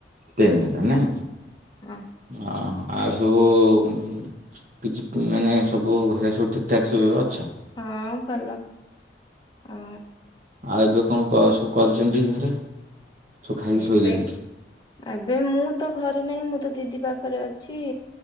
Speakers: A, on the right; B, on the left.
A: ଟେନ ହେଲାଣି।
B: ହଁ
A: ଅଁ ଆଉ ସବୁ କିଛି ମାନେ ସବୁ ଘରେ ସବୁ ଠିକ। ଟ୍ୟାକ୍ସକୁ ଅଛି।
B: ହଁ ଭଲ ଆ
A: ଆଉ ଏବେ କଣ କସ କରିଛନ୍ତି ଘରେ? ସବୁ ଖାଇକି
B: ଏବେ
A: ଶୋଇଲେଣି?
B: ଆବେ ମୁଁ ତ ଘରେ ନାହିଁ। ମୁଁ ତ ଦିଦି ପାଖରେ ଅଛି।